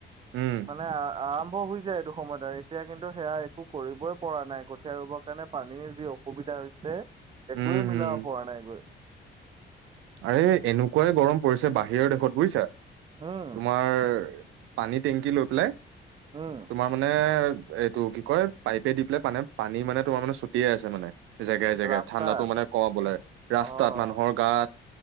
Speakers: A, on the right; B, on the right.
A: উম
B: মানে আ আম হৈ যায় এইটো সময়ত আৰু এতিয়া কিন্তু সেয়া একো কৰিবই পৰা নাই কঠীয়া ৰুবৰ কাৰণে পানীৰ যি অসুবিধা। হৈছে একোৱে
A: উম হম
B: মিলাব পৰা নাই গৈ।
A: আৰে এনেকুৱাই গৰম পৰিছে বাহিৰৰ দেশত বুইছা!
B: উম
A: তোমাৰ পানী টেংকি লৈ পেলাই
B: উম
A: তোমাৰ মানে এইটো কি কয় পাইপে দি পেলাই পানে পানী মানে তোমাৰ মানে ছটিয়াই আছে মানে। জেগাই জেগাই
B: ৰাস্তাত
A: ঠাণ্ডাতো মানে কওঁ বোলে ৰাস্তাত
B: অ'।
A: মানুহৰ গাত